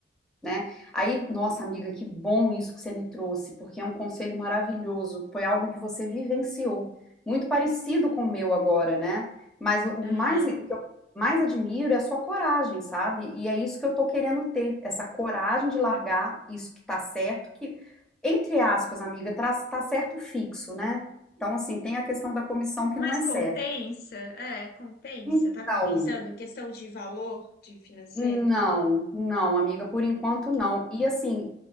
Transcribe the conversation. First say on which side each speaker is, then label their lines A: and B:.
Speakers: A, in the centre; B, on the left.
A: né? Aí, nossa amiga, que bom isso que você me trouxe, porque é um conselho maravilhoso. Foi algo que você vivenciou, muito parecido com o meu agora, né? Mas o o
B: Aham.
A: mais, o que eu mais admiro é a sua coragem, sabe? E é isso que eu tô querendo ter, essa coragem de largar isso que tá certo, que, entre aspas, amiga, tá, tá certo fixo, né? Então, assim, tem a questão da comissão que
B: Mas
A: não é
B: compensa?
A: certa.
B: É, compensa.
A: Então,
B: Tá compensando? Em Questão de valor de financeiro?
A: não, não, amiga, por enquanto não.
B: Não.
A: E assim,